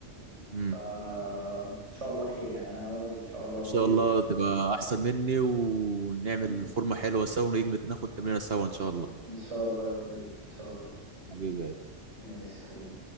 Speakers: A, on the right; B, on the right.
A: تمام.
B: فان شاء الله خير يعني انا ناوي انزل ان شاء الله
A: شاء
B: قريب
A: الله تبقى احسن مني ونعمل
B: <laughs>
A: فورمة حلوة سوا ونيجي ناخد تمرينة سوا ان شاء الله
B: ان شاء الله يا صديقي ان شاء الله
A: حبيبي
B: ماشي حبيبي